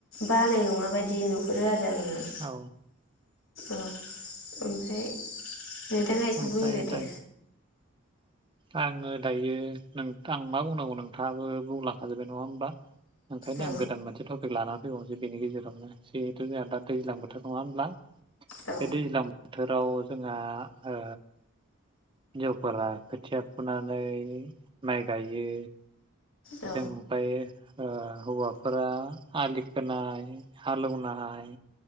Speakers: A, on the left (about 75°); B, on the right (about 25°).
A: बानाय नङा बायदि नुहुरो आरो। मोजांनो
B: औ
A: ओ ओमफ्राय नोंथाङा एसे
B: ओमफ्राय
A: बुंदो दे।
B: दायो आङो दायो नों आं मा बुंनांगौ, नोंथाङाबो बुंलाखाजोब्बाय नङा होमबा? ओंखायनो
A: औ
B: आं गोदान मोनसे टपिक लानानै फैबावनोसै बेनि गेजेरावनो। जिहेथु जोहा दा दैज्लां बोथ नङा होनब्ला?
A: औ
B: बे दैज्लां बोथोर बाव जोंहा ओ हिनजावफोरा खोथिया फुनानै माइ गायो।
A: औ
B: जों ओमफ्राय ओ हौवाफोरा आलि खोनाय हालौनाय